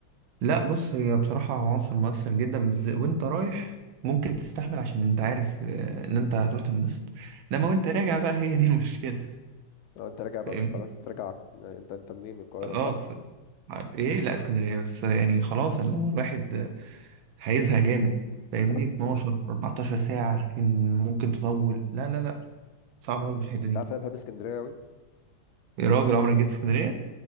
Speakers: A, on the right; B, on the left.
A: لا بص هي بصراحة عنصر مؤثر جدا بالذات وانت رايح ممكن تستحمل عشان انت عارف آه، ان انت هتروح تنبسط انما وانت راجع بقى هي دي <laughs> المشكلة
B: لو انت راجع بقى
A: فاهمني
B: انت خلاص انت راجع يعني انت انت منين من القاهرة
A: خلاص
B: صح؟
A: ع- ايه لا اسكندرية بس يعني خلاص اللي هو الواحد آه، هيزهق جامد فاهمني
B: يا عم
A: 12 14 ساعة ان ممكن تطول لا لا لا صعب قوي في الحتة
B: انت
A: دي
B: عارف انا بحب اسكندرية اوي
A: يا راجل عمرك جيت اسكندرية